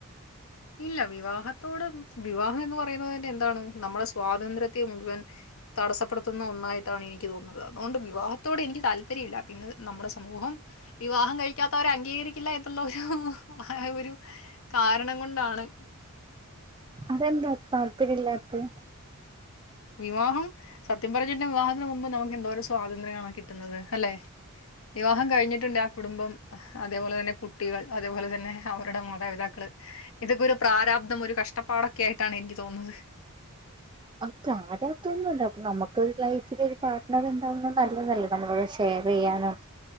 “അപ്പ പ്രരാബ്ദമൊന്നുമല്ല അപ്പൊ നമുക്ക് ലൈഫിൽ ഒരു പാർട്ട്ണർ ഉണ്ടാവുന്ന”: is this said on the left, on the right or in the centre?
Right